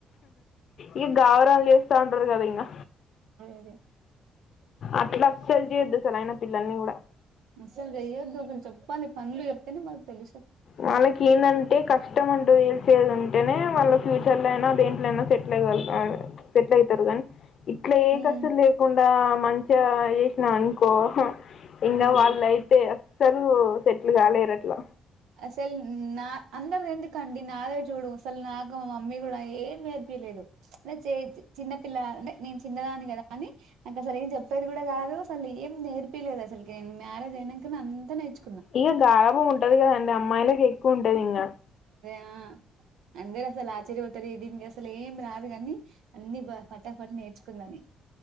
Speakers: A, on the left; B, on the right.
A: ఇక గావరాలు చేస్తా ఉంటారు కదా ఇంగా
B: అదే
A: అట్లా అస్సలు చేయొద్దు అసలు ఆయన పిల్లల్ని కూడా
B: అస్సలు చెయ్యొద్దు అసలు చెప్పాలి. పనులు చెప్తే మనక్ తెలుస్త
A: వాళ్ళకి ఏందంటే కష్టం ఉంటది గోల్ ఉంటేనే వాళ్ళ ఫ్యూచర్ లో అయినా దేంట్లో అయినా సెట్లు అయ్యి సెట్లు అవుతారు. కానీ ఇట్ల ఏ
B: హ్మ్.
A: కష్టం లేకుండా మంచిగ చేసిన గాని కోసం ఇంకా
B: హ్మ్.
A: వాళ్ళయితే సలు సెట్ల్ కాలేరు అట్లా
B: సల్ నా అందర్దిందు కండి నాదే చూడు సస నా ఇక మా మమ్మీ కూడా ఏం నేర్పియలేదు అంటే చిన్న పిల్ల అంటే నేను చిన్నదాన్ని కదా అని నాకు అసలు ఏం చెప్పేది కూడా కాదు అసలు ఏం నేర్పియలేదు అసలుకి నేను మ్యారేజ్ అయినాక అంత నేర్చ్
A: ఈ గారాబమ్ ఉంట ఎత్తుగా ఉండే అమ్మాయిలకి ఎక్కువ ఉంటది నింగ
B: న అందేర్ అసలు ఆ చీర చెప్తరు దీనికి అసలు ఏం రాదు కాని అన్ని బ పటాఫట్ నేర్చుకుందండి